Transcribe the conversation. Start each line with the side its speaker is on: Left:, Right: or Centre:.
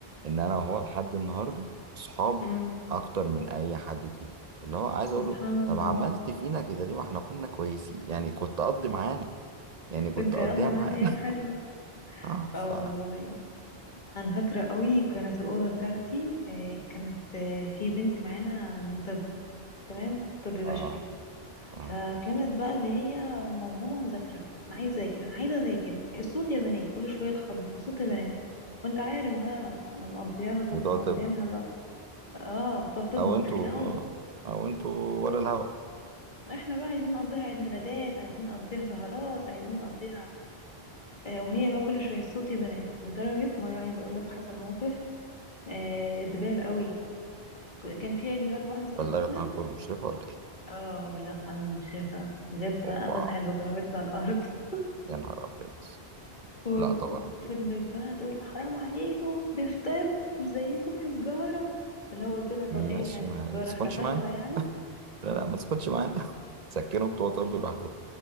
Right: ان انا وهو لحد النهارده صحاب
Left: مم.
Right: اكتر من اي حد تاني اللي هو عايز
Left: سبحان
Right: اقول له
Left: الله
Right: طب عملت فينا كده ليه ما احنا كنا كويسين يعني كنت قضي معانا يعني كنت
Left: كنت
Right: اقضيها
Left: اقضي معانا
Right: معانا
Left: ايام حلوه
Right: <laughs> اه ف
Left: اه والله انا فاكره قوي كانت الاوضه بتاعتي آه، كانت آه، في بنت معانا من طب تمام طب بشري
Right: اه اه
Left: فكانت بقى اللي هي موهومه مذاكره انا عايزه اذاكر انا عايزه اذاكر الصوت يا بنات كل شويه تخبط الصوت يا بنات وانت عارف بقى انا مقضياها كنت
Right: بتوع
Left: مقضيينها
Right: طب
Left: بقى اه بتوع طب
Right: او
Left: مقرفين
Right: انتوا
Left: قوي
Right: او انتوا ولا الهوا
Left: احنا بقى عايزين نقضيها عيد ميلادات عايزين نقضيها سهرات عايزين نقضيها آه وهي بقى كل شويه الصوت بنات لدرجه مره عايزه اقول لك حصل موقف آه زبال قوي ك- كان في عيد ميلاد واحده صاحبتنا
Right: بلغت عنكم المشرفة ولا ايه
Left: اه بالله طبعاً انا مش شايفه جت
Right: اوبا
Left: بقى مسحت بكرامتنا على الارض <laughs>
Right: يا نهار ابيض
Left: وفضلت
Right: لا طبعا
Left: بقى تقول حرام عليكم دي في طب مش زيكم في تجاره اللي هو قلت لها طب
Right: ماشي
Left: ايه يعني
Right: ما
Left: في تجاره
Right: تسكنش
Left: احنا فاشله
Right: معانا
Left: يعني
Right: <laughs> لا لا ما تسكتش معانا <laughs> سكنوا بتوع طب
Left: هي
Right: لوحدهم